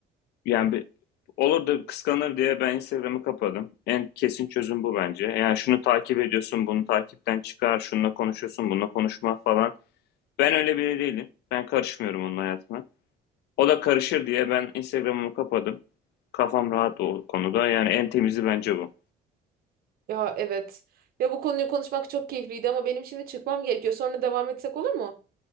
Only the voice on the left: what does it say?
Yani bir, olur da kıskanır diye ben Instagram'ı kapadım. En kesin çözüm bu bence. Yani şunu takip ediyorsun, bunu takipten çıkar, şununla konuşuyorsun, bununla konuşma falan. Ben öyle biri değilim. Ben karışmıyorum onun hayatına. O da karışır diye ben Instagram'ımı kapadım. Kafam rahat o konuda. Yani en temizi bence bu.